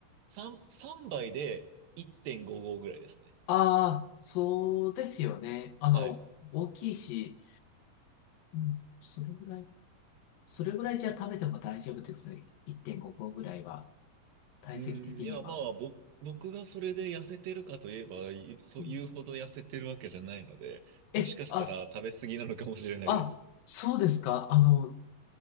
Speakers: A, on the right (about 80°); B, on the left (about 80°).
A: 3、3杯で1.55ぐらいですね。
B: ああ、そうですよね。あの、
A: はい。
B: 大きいし、うん、それぐらい。それぐらいじゃ食べても大丈夫です。1.5合ぐらいは、体積的には。
A: うん、いや、まあ、ぼ、僕がそれで痩せてるかといえば、いそういうほど痩せてるわけじゃないので、
B: うんえ、
A: もしかしたら食べ過ぎなのかもしれないです。
B: あ、あ、そうですか。あの、